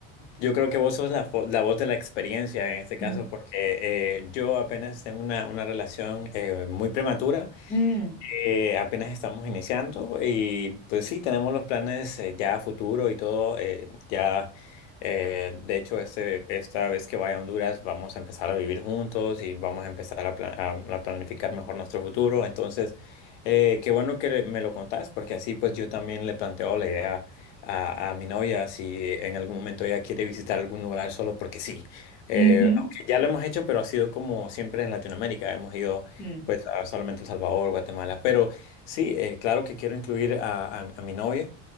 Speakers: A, on the left; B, in the centre.
A: yo creo que vos sos la, fo- la voz de la experiencia en este caso,
B: Mm.
A: porque eh, yo apenas tengo una, una relación eh, muy prematura.
B: Mm,
A: Eh, apenas estamos iniciando y pues sí, tenemos los planes eh, ya a futuro y todo. eh, ya, eh, de hecho, este, esta vez que vaya a Honduras vamos a empezar a vivir juntos y vamos a empezar a, pla- a- a planificar mejor nuestro futuro. Entonces, eh, qué bueno que le- me lo contás porque así pues yo también le planteo la idea a, a mi novia si en algún momento ella quiere visitar algún lugar solo porque sí. Eh,
B: ujú,
A: aunque ya lo hemos hecho, pero ha sido como siempre en Latinoamérica. Hemos ido
B: mm,
A: pues ah, solamente El Salvador, Guatemala. Pero sí, eh, claro que quiero incluir a, a- a mi novia.